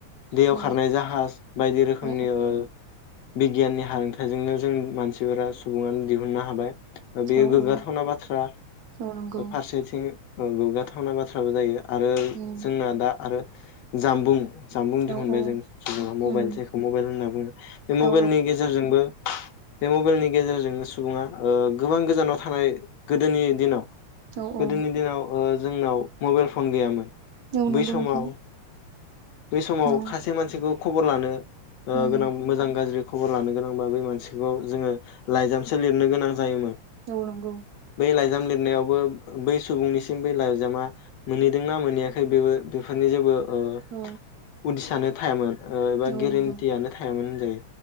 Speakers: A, on the left (about 70°); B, on the right (about 70°).
A: दैयाव
B: औ
A: खारनाय जाहाज बायदि रोखोमनि
B: औ
A: ओ बिगियाननि हारोंथाइजोंनो जों मानसिफोरा सुबुङानो दिहुननो हाबाय। ओ बेयो
B: औ
A: गोग्गाथावना
B: औ
A: बाथ्रा
B: औ नंगौ
A: फारसेथिं औ गोग्गाथा थावना बाथ्राबो जायो। आरो
B: उम
A: जोंना दा आरो जामबुं जानबुं दिहुनबाय
B: औ औ
A: जों सुबुङा मबाइल
B: उम
A: जायखौ मबाइल होनना बुङो बे मबाइलनि
B: औ
A: गेजेरजोंबो बे मबेलनि गेजेरजोंनो सुबुङा ओ गोबां गोजानाव थानाय गोदोनि दिनाव
B: औ
A: गोदोनि
B: औ
A: दिनाव ओ जोंनाव मबाइल फन गैयामोन।
B: औ
A: बै
B: नंगौ
A: समाव
B: नोंथां।
A: बै समाव
B: औ
A: खासे मानसिखौ खबर लानो ओ
B: उम
A: गोनां मोजां गाज्रि खबर लानो गोनांबा बै मासिखौ जोङो लाइजामसो लिरनो गोनां जायोमोन।
B: औ नंगौ
A: बै लाइ जाम लिरनायावबो बै सुबुंनिसिम बै लाइजामा मोनहैदोंना मोनहैयाखै बेयो बेफोरनि जेबो ओ
B: औ
A: उदिसानो थायामोन ओ एबा
B: औ
A: गेरेन्टियानो
B: नंगौ
A: थायामोन। जायो।